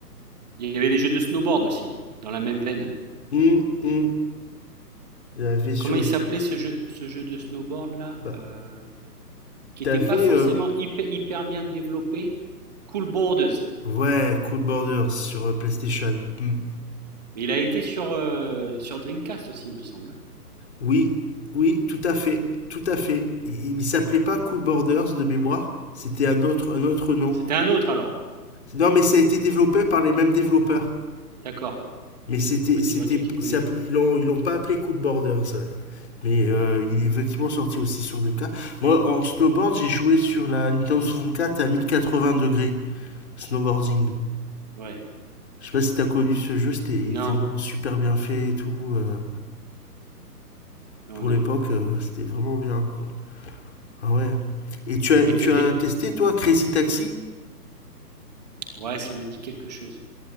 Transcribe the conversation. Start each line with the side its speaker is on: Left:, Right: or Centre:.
Right: Il y avait les jeux de snowboard aussi, dans la même veine.
Left: Hum, hum. Il y avait sur...
Right: Comment il s'appelait ce jeu, ce jeu de snowboard là
Left: Bah,
Right: euh, Qui
Left: t'avais...
Right: n'était pas forcément
Left: euh,
Right: hyper, hyper bien développé. Cool Borders.
Left: ouais, Cool Borders sur euh, PlayStation. Hum.
Right: Mais il a été sur, euh, sur Dreamcast aussi, il me semble. hein.
Left: Oui, oui, tout à fait, tout à fait. Il, il s'appelait pas Cool Borders de mémoire. C'était un autre, un autre nom.
Right: C'était un autre alors.
Left: Non, mais ça a été développé par les mêmes développeurs.
Right: D'accord.
Left: Mais c'était,
Right: Bah,
Left: c'était,
Right: tu vois, tu t'y connais.
Left: ils s'appelaient- ils l'ont, ils l'ont pas appelé Cool Borders. ouais. Mais euh, il est effectivement sorti aussi sur Dreamcast. Moi, en snowboard, j'ai joué sur la Nintendo soixante-quatre à 1080 degrés snowboarding.
Right: Ouais.
Left: Je sais pas si t'as connu ce jeu, c'était, il
Right: Non,
Left: était vraiment super bien fait et tout. euh,
Right: non,
Left: pour
Right: non.
Left: l'époque, euh, c'était vraiment bien, quoi. Ah ouais. Et tu as,
Right: Et,
Left: tu
Right: et-
Left: as testé, toi, Crazy Taxi?
Right: Ouais, ça me dit quelque chose.